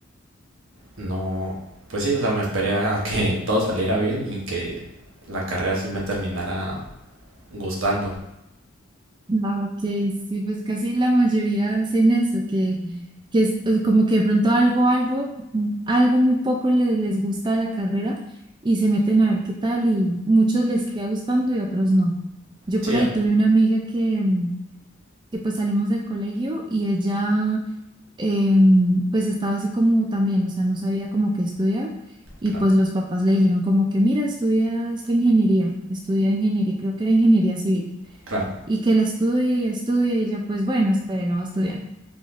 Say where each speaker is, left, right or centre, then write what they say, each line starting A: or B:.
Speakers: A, on the right; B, on the right.
A: no pues sí, o sea, me esperé a que <laughs> todo saliera bien y que la carrera sí me terminara gustando.
B: Ah, ok, sí, pues casi la mayoría hacen eso, que, que es es como que de pronto algo, algo, mm, algo muy poco le- les gusta de la carrera y se meten a ver qué tal y muchos les queda gustando y otros no. Yo
A: Sí,
B: por ahí
A: ah,
B: tuve una amiga que, mm, que pues salimos del colegio y ella em, pues estaba así como también, o sea, no sabía como qué estudiar y
A: claro,
B: pues los papás le dijeron como que mira, estudia esta ingeniería, estudia ingeniería, creo que era ingeniería civil
A: claro,
B: y que él estudie y estudie y ya pues bueno, está bien, no va a estudiar.